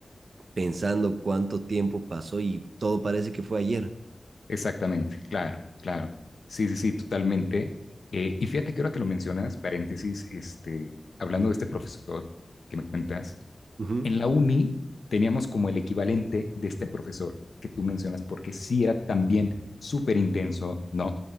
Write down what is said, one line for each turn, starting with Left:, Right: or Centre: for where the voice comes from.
Right: pensando cuánto tiempo pasó y todo parece que fue ayer.
Left: Exactamente, claro, claro. Sí, sí, sí, totalmente. Eh, y fíjate que ahora que lo mencionas, paréntesis, este, hablando de este profesor que me cuentas,
Right: Ujú,
Left: en la uni teníamos como el equivalente de este profesor que tú mencionas, porque sí era también súper intenso, ¿no?